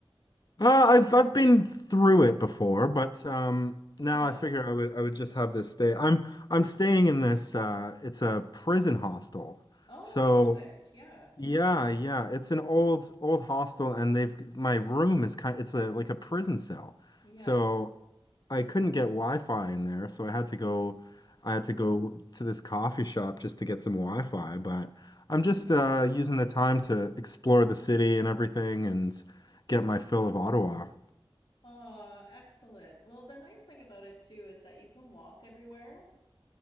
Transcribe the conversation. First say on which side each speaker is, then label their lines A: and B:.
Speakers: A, on the left; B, on the left.
A: Uh, I've I've been through it before, but um, now
B: Yeah.
A: I figure I would I would just have this stay. I'm I'm staying in this. Uh, it's a prison hostel,
B: Oh,
A: so
B: I know it. Yeah.
A: yeah, yeah. It's an old old hostel, and they've my room is kind. It's a like a prison cell,
B: Yeah.
A: so
B: <laughs>
A: I couldn't get Wi-Fi in there, so I had to go. I had to go to this coffee shop just to get some Wi-Fi. But I'm
B: Yeah.
A: just uh, using the time to explore the city and everything, and get my fill of Ottawa.
B: Oh, excellent. Well, the nice thing about it too is that you can walk everywhere,